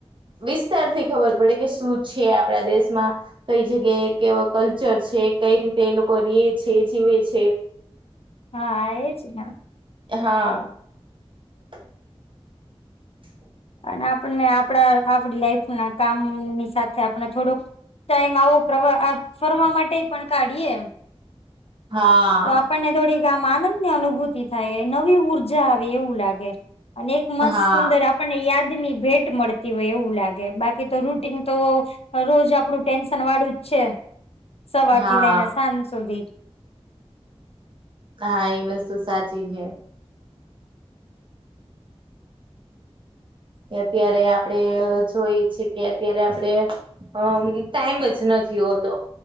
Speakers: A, on the right; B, on the left.
A: વિસ્તારથી ખબર પડે કે શું છે આપણા દેશમાં. કઈ જગ્યાએ કેવો કલ્ચર છે કઈ રીતે એ લોકો રીએ છે જીવે છે. <inaudible>
B: હા એજ ના
A: હા. હ. હ.
B: અને આપણને આપડા આપડી લાઈફ ના કામની સાથે આપણે થોડુંક ટાઈમ આવો પ્રવા આ ફરવા માટે પણ કાઢીએ
A: હા.
B: તો આપણને થોડીક આમ આનંદની અનુભૂતિ થાય નવી ઊર્જા આવે એવું લાગે. અનેક મસ્ત
A: હા
B: સુંદર અ આપને યાદ ની ભેટ મળતી હોય એવું લાગે બાકી તો રૂટીન તો રોજ આપડું ટેન્શન વાળું જ છે, સવાર
A: હા
B: થી લઈને સાંજ સુધી.
A: હા એ વસ્તુ સાચી છે. કે અત્યારે આપડે જોઈ છેએ કે અત્યારે આપડે. અમ ટાઈમ જ નથી હોતો